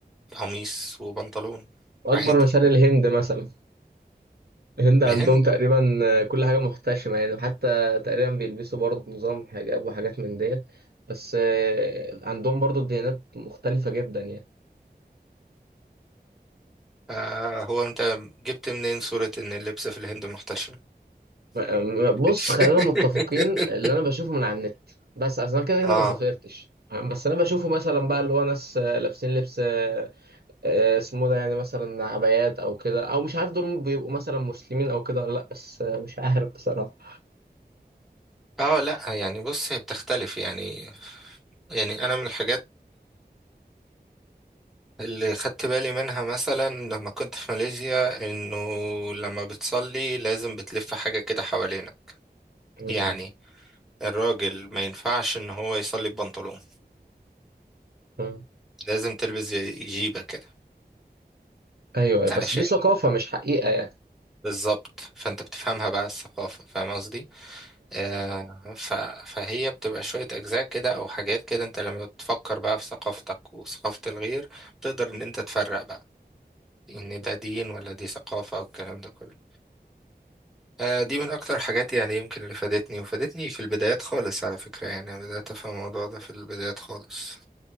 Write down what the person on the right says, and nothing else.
واكبر
مثال الهند مثلا الهند عندهم
تقريبا كل حاجة محتشمة يعني وحتى تقريبا بيلبسوا برضه نظام حجاب وحاجات من ديت بس آه، عندهم برضه الديانات مختلفة جدا يعني
م- بص
خلينا متفقين اللي أنا بشوفه من على النت بس أصل أنا كده كده
ما سافرتش فاهم؟ بس أنا بشوفه مثلا بقى اللي هو ناس آه، لابسين لبس آه، آه، اسمه ده يعني مثلا عبايات أو كده أو مش عارف دول بيبقوا مثلا مسلمين أو كده ولا لأ بس آه، مش عارف بصراحة
م-
م- م.
أيوه بس
دي ثقافة مش حقيقة يعني
أيوه